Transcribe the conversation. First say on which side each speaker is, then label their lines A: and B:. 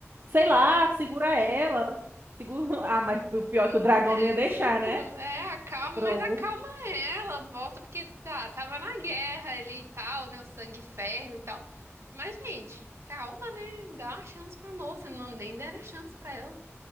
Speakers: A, on the right (about 50°); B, on the right (about 65°).
A: sei lá, segura ela. Segura... <laughs> Ah, mas o pior
B: Né,
A: é que o dragão não ia deixar,
B: sei
A: né?
B: lá, é, acalma,
A: Drogo.
B: mas acalma ela, bota, porque tá, tava na guerra ali e tal, né, o sangue ferve e tal, mas gente, calma, né, dá uma chance pra moça, não, nem deram chance pra ela,